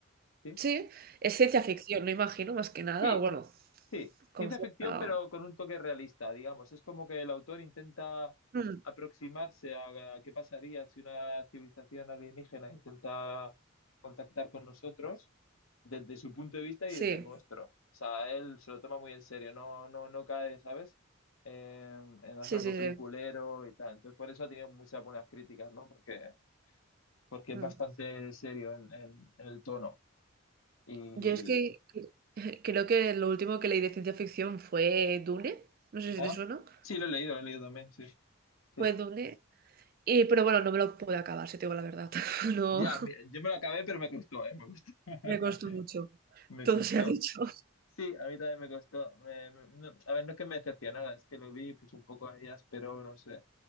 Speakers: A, on the left; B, on the right.
A: ¿sí?
B: Sí, es ciencia ficción, no imagino, más que nada.
A: Sí,
B: O bueno,
A: Sí,
B: como
A: ciencia
B: cierta.
A: ficción, pero con un toque realista, digamos. Es como que el autor intenta
B: Mm,
A: aproximarse a, a qué pasaría si una civilización alienígena intenta contactar con nosotros desde su punto de vista
B: sí,
A: y desde el nuestro. O sea, él se lo toma muy en serio, no, no, no cae, ¿sabes? Eh, en hacer
B: sí,
A: algo
B: sí, sí.
A: peliculero y tal. Entonces, por eso ha tenido muchas buenas críticas, ¿no? Porque, porque
B: mm.
A: es bastante serio en, en- en el tono. Y.
B: Yo es que que- <laughs> creo que lo último que leí de ciencia ficción fue Dune. No sé si
A: ¿Ah?
B: te suena.
A: Sí, lo he leído, lo he leído también, sí. Sí.
B: Fue Dune. Y, pero bueno, no me lo pude acabar, si te digo la verdad. <laughs> No.
A: Ya, mi- yo me lo acabé, pero me costó, ¿eh? Me costó. <laughs>
B: Me costó mucho.
A: Me
B: Todo
A: costó.
B: se ha dicho.
A: Sí, a mí también me costó. Me- me- no- a ver, no es que me decepcionara, es que lo vi pues un poco ahí áspero, no sé.